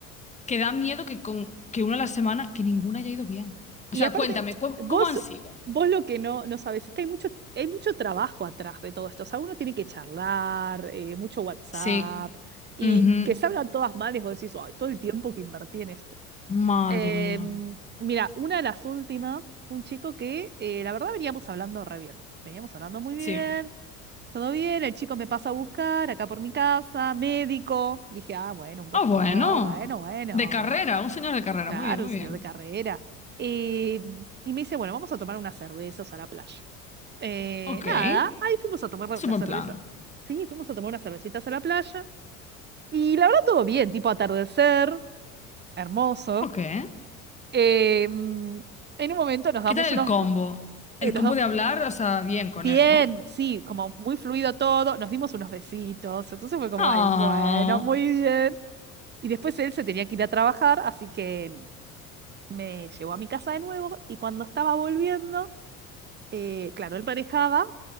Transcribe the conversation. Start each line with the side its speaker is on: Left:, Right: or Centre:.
Left: que da miedo que, con, que una a la semana, que ninguna haya ido bien.
Right: Y
Left: O sea,
Right: aparte,
Left: cuéntame, ¿cómo,
Right: vos,
Left: cómo han sido?
Right: vos lo que no, no sabes es que hay mucho, hay mucho trabajo atrás de todo esto. O sea, uno tiene que charlar, eh, mucho WhatsApp,
Left: Sí.
Right: y
Left: Ujú.
Right: que salgan todas mal y vos decís, ay, todo el tiempo que invertí en esto.
Left: Madre
Right: Em,
Left: mía.
Right: mira, una de las últimas, fue un chico que eh, la verdad veníamos hablando re bien. Veníamos hablando muy bien,
Left: Sí.
Right: todo bien, el chico me pasa a buscar acá por mi casa, médico. Dije, ah, bueno, un doctor,
Left: Ah, bueno.
Right: bueno, bueno.
Left: De carrera, un señor de carrera.
Right: Claro,
Left: Muy bien, muy
Right: un señor
Left: bien.
Right: de carrera. Eh, y me dice, bueno, vamos a tomar unas cervezas a la playa. Eh,
Left: Ok. Es
Right: nada, ahí fuimos a tomar
Left: un
Right: la
Left: buen
Right: cerveza.
Left: plan.
Right: Sí, fuimos a tomar unas cervecitas a la playa. Y la verdad todo bien, tipo atardecer, hermoso.
Left: Ok. ¿Qué
Right: Eh, mm, en un momento nos damos
Left: tal
Right: unos...
Left: el combo? El
Right: eh, nos
Left: combo
Right: da-
Left: de hablar, o sea, bien con
Right: bien,
Left: él, ¿no?
Right: sí, como muy fluido todo. Nos dimos unos besitos. Entonces fue como,
Left: Ah.
Right: ay, bueno, muy bien. Y después él se tenía que ir a trabajar, así que me llevó a mi casa de nuevo y cuando estaba volviendo... eh, claro, él manejaba